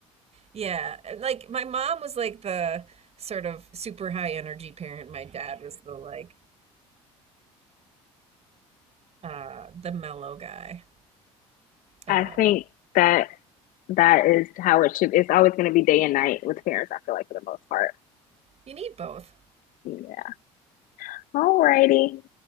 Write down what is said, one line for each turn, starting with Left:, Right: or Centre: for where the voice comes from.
Right: yeah, and, like my mom was like the sort of super high energy parent. My dad was the like uh the mellow guy. Um,
Left: I think that That is how it should. It's always going to be day and night with parents, I feel like, for the most part.
Right: you need both.
Left: Yeah. Alrighty.